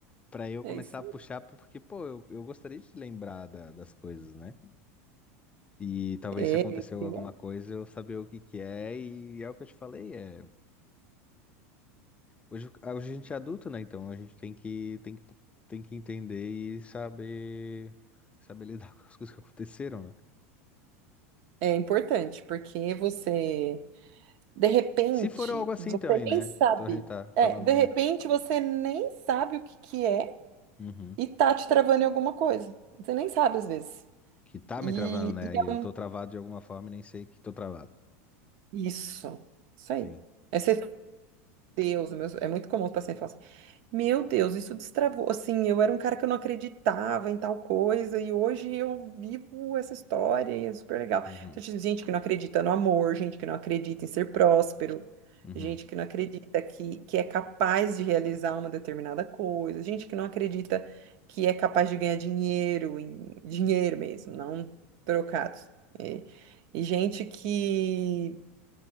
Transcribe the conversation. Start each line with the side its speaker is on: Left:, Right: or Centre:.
Left: pra eu
Right: É
Left: começar
Right: isso
Left: a
Right: aí.
Left: puxar, porque, pô, eu, eu gostaria de lembrar da- das coisas, né? E talvez
Right: É,
Left: se aconteceu
Right: bem
Left: alguma coisa eu saber o que que é, e é o que eu te falei, é. Hoje, ah, hoje a gente é adulto, né? Então a gente tem que, tem que, tem que entender e saber, saber lidar <laughs> com as coisas que aconteceram, né?
Right: É importante, porque você, de repente,
Left: Se for algo assim
Right: você
Left: também, né?
Right: nem sabe.
Left: Então a gente tá
Right: É,
Left: falando,
Right: de
Left: né?
Right: repente você nem sabe o que que é
Left: Uhum.
Right: e tá te travando em alguma coisa. Você nem sabe às vezes.
Left: Que tá
Right: E,
Left: me travando, né?
Right: e
Left: E eu
Right: é um-
Left: tô travado de alguma forma e nem sei que tô travado.
Right: isso. Isso aí.
Left: Sim.
Right: Aí você Deus, meus- é muito comum os pacientes falarem assim, meu Deus, isso destravou, assim, eu era um cara que eu não acreditava em tal coisa, e hoje eu vivo essa história, e é super legal.
Left: Uhum.
Right: Então, tipo, gente que não acredita no amor, gente que não acredita em ser próspero,
Left: Uhum.
Right: gente que não acredita que, que é capaz de realizar uma determinada coisa, gente que não acredita que é capaz de ganhar dinheiro, em, dinheiro mesmo, não trocados. E, e gente que